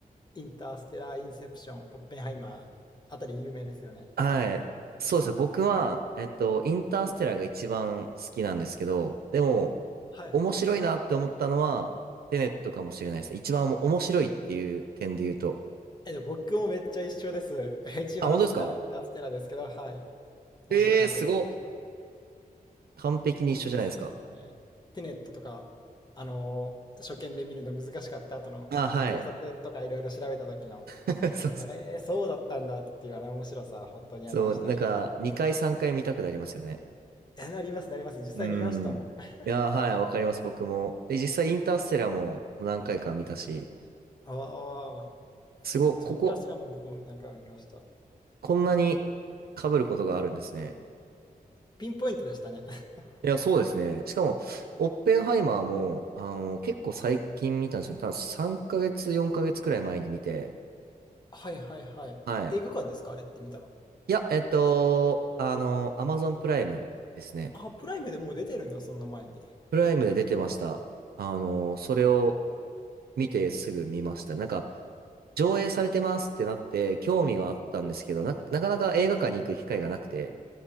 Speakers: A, on the left (about 25°); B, on the right (about 85°).
A: インターステラー、インセプション、オッペンハイマーあたり有名ですよね。
B: はい。そうですね。僕は、えっと、インターステラーが一番好きなんですけど、でも、
A: はい。
B: 面白いなって思ったのは、テネットかもしれないですね。一番面白いっていう点で言うと。
A: え、でも僕もめっちゃ一緒です。<laughs> 一番好きなのインターステラーですけど、
B: あ、本当ですか
A: はい。面白いな、
B: ええー、すごっ。
A: テネットでした。
B: 完璧に一緒じゃないですか。
A: ですよね。テネットとか、あのー初見で見るの難しかった後の、
B: あ、
A: この考察とかいろいろ調べた時の、
B: はい。<laughs> そうそうそう。
A: えー、そうだったんだっていうあの面白さ、本当にありましたね。
B: そう、なんか、2回3回見たくなりますよね。
A: え、なります、なります。実際見ましたもん。
B: うん。
A: <laughs>
B: いやー、はい、わかります、僕も。で、実際、インターステラーも何回か見たし、
A: ああ、
B: すごい、
A: そう、
B: ここ、
A: インターステラーも僕もなんか見ました。
B: こんなに被ることがあるんですね。
A: ピンポイントでしたね。<laughs>
B: いや、そうですね。しかも、オッペンハイマーも、あの、結構最近見たんですよ。多分3ヶ月、4ヶ月くらい前に見て。
A: はいはいはい。
B: はい。
A: 映画館ですかあれって見たの。
B: いや、えっと、あの、アマゾンプライムですね。
A: あ、プライムでもう出てるんだ、そんな前に。
B: プライムで出てました。
A: え
B: あの、それを見てすぐ見ました。なんか、上映されてますってなって、興味はあったんですけど、な、なかなか映画館に行く機会がなくて、